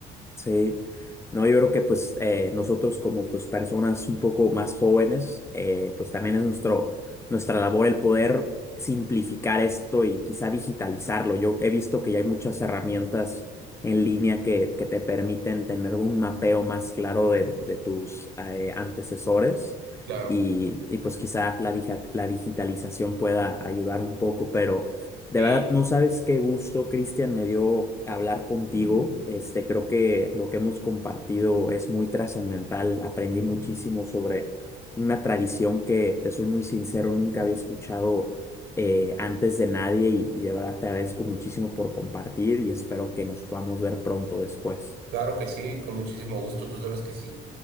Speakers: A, on the left; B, on the right.
A: Sí, no, yo creo que pues eh, nosotros como pues personas un poco más jóvenes, eh, pues también es nuestro, nuestra labor el poder simplificar esto y quizá digitalizarlo. Yo he visto que ya hay muchas herramientas en línea que, que te permiten tener un mapeo más claro de, de tus eh, antecesores
B: Claro,
A: y, y pues quizá la, dija- la digitalización pueda ayudar un poco, pero... De
B: sí,
A: verdad, no sabes qué gusto, Cristian, me dio hablar contigo. Este, creo que lo que hemos compartido es muy trascendental. Aprendí muchísimo sobre una tradición que, te soy muy sincero, nunca había escuchado eh, antes de nadie y, y de verdad te agradezco muchísimo por compartir y espero que nos podamos ver pronto después.
B: claro que sí, con muchísimo gusto, tú sabes que sí.